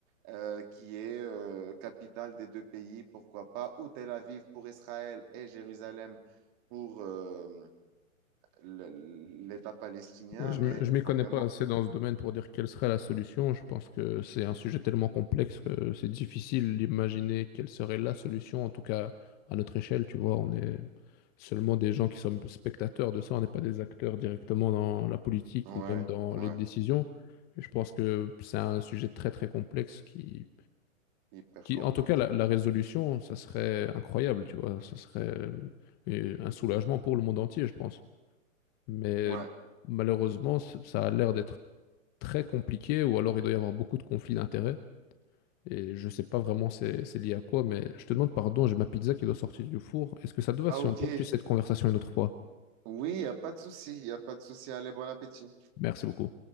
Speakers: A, on the right (about 35°); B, on the left (about 25°).
A: Euh, qui est euh, capitale des deux pays, pourquoi pas, ou Tel Aviv pour Israël et Jérusalem pour, euh, le- l'État palestinien,
B: Oui, Je
A: mais
B: ne
A: il
B: m'y
A: faut
B: connais
A: vraiment...
B: pas assez
A: Oui.
B: dans ce domaine pour dire quelle serait la solution. Je pense que c'est un sujet tellement complexe que c'est difficile d'imaginer quelle serait la solution, en tout cas à notre échelle, tu vois. On est seulement des gens qui sommes spectateurs de ça, on n'est pas des acteurs directement dans la politique
A: Ouais,
B: ou même dans
A: ouais,
B: les décisions. Et je pense que c'est un sujet très très complexe qui,
A: hyper
B: qui
A: complexe.
B: en tout cas, la, la résolution, ça serait incroyable, tu vois. Ça serait euh, un soulagement pour le monde entier, je pense. Mais
A: Ouais.
B: malheureusement, c- ça a l'air d'être très compliqué ou alors il doit y avoir beaucoup de conflits d'intérêts. Et je sais pas vraiment c'est c'est lié à quoi, mais je te demande pardon, j'ai ma pizza qui doit sortir du four. Est-ce que ça te va
A: Ah,
B: si
A: ok.
B: on poursuit cette conversation une autre fois?
A: Oui, il n'y a pas de souci, il n'y a pas de souci. Allez, bon appétit.
B: Merci beaucoup.